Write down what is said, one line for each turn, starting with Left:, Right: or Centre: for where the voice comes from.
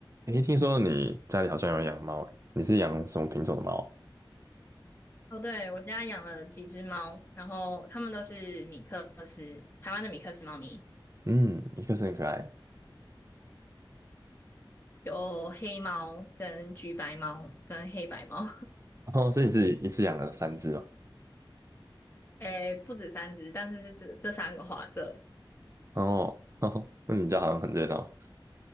Right: 诶，听说你家里好像有养猫，你是养什么品种的猫啊
Left: 哦，对，我家养了几只猫，然后它们都是米克斯，台湾的米克斯猫咪，
Right: 嗯，一个是很可爱，
Left: 有黑猫、跟橘白猫、跟黑白猫，
Right: 哦，所以你自己一次养了三只哦。
Left: <laughs> 诶，不止三只，但是是这这三个花色，
Right: 哦，哦那你家好像很热闹。